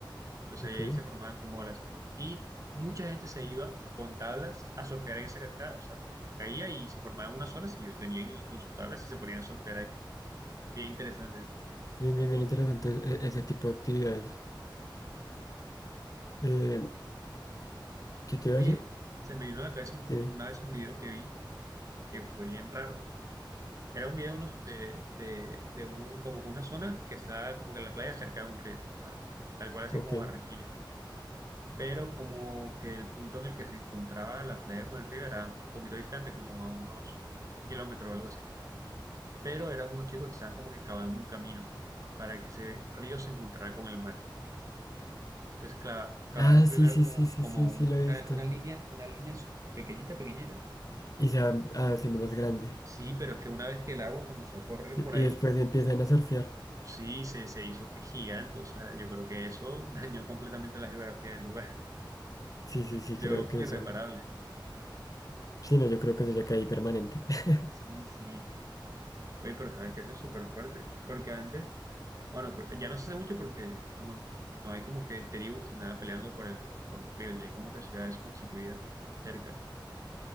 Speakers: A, on the right; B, on the left.
A: Entonces
B: Ok,
A: ahí, ahí se formaban como olas. Y mucha gente se iba con tablas a surfear en esa cascada. O sea, como que caía y se formaban unas olas y ellos venían y con sus tablas y se ponían a surfear ahí. Bien interesante.
B: bien, bien, bien interesante e- ese tipo de actividades. Eh,
A: O-
B: ¿qué te iba
A: Oye,
B: a decir?
A: se me vino a la cabeza un-
B: Tiene,
A: una vez un video que vi que fue bien raro. Era un video de, unos- de, de- de un, como que una zona que estaba como que en la playa cerca de un río. O sea, tal cual así
B: ok.
A: como Barranquilla. Pero como que el punto en el que se encontraba la playa con el río era un poquito distante, como a unos kilómetros o algo así. pero eran unos chicos que estaban como que cavando un camino para que ese río se encontrara con el mar. Entonces cla- cavaron
B: Ah,
A: primero
B: sí, sí,
A: como,
B: sí, sí,
A: como
B: sí,
A: un-
B: sí, lo
A: una,
B: he visto.
A: una línea, una línea su- pequeñita, pequeñita.
B: Y se va ah, haciendo más grande.
A: Sí, pero es que una vez que el agua comenzó a correr
B: Sí,
A: por
B: y
A: ahí,
B: después empiezan a surfear.
A: sí, se, se hizo que gigante. O sea, yo creo que eso <laughs> dañó completamente la geografía del lugar. <laughs>
B: Sí, sí, sí,
A: Y luego
B: creo
A: como
B: que
A: irreparable.
B: eso. Sí, no, yo creo que eso ya cae permanente. <laughs>
A: Sí, sí. Oye, pero ¿sabes que eso es súper fuerte? Porque antes... Bueno, creo- ya no se hace mucho porque como no hay como que tribus ni nada peleando por el, por, por los ríos, ya hay como que ciudades constituidas cerca.